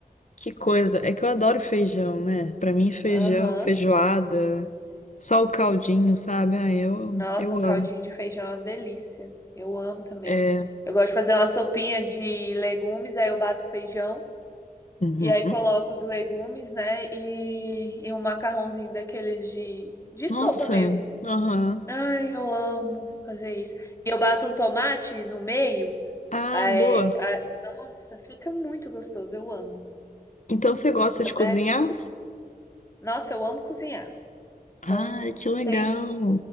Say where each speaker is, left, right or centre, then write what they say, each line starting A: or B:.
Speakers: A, on the left; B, on the left.
A: que coisa. É que eu adoro feijão, né? Pra mim, feijão,
B: Aham.
A: feijoada, só o caldinho, sabe? Ah, eu,
B: Nossa,
A: eu
B: um caldinho
A: amo.
B: de feijão é uma delícia. Eu amo também.
A: É.
B: Eu gosto de fazer uma sopinha de legumes, aí eu bato feijão
A: Uhum.
B: e aí coloco os legumes, né? E, e um macarrãozinho daqueles de, de
A: Nossa,
B: sopa mesmo.
A: aham.
B: Ai, eu amo fazer isso. E eu bato um tomate no meio.
A: Ah,
B: Ai,
A: boa.
B: ai, nossa, fica muito gostoso, eu amo.
A: Então você gosta
B: Dá
A: de
B: Até,
A: cozinhar?
B: nossa, eu amo cozinhar. Então,
A: Ai, que
B: sem.
A: legal.